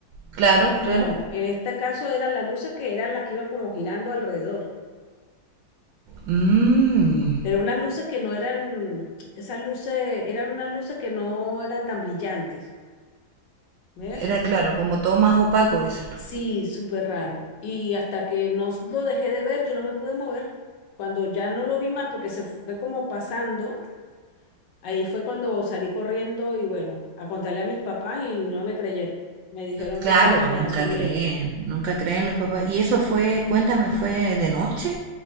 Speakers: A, on the right (about 80°); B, on the left (about 70°).
A: Claro,
B: No,
A: claro.
B: No, en este caso eran las luces que eran las que iban como girando alrededor.
A: Mm.
B: Pero unas luces que no eran, esas luces, eran unas luces que no eran tan brillantes. ¿Ves?
A: Era claro, como todo más opaco, dices tú.
B: Sí, súper raro. Y hasta que no s- lo dejé de ver, yo no me pude mover. Cuando ya no lo vi más porque se fue como pasando, ahí fue cuando salí corriendo y bueno, a contarle a mis papás y no me creyeron. Me dijeron
A: Claro,
B: que eso era imaginación
A: nunca creen,
B: mía.
A: nunca creen los papás. ¿Y eso fue, cuéntame, fue de noche?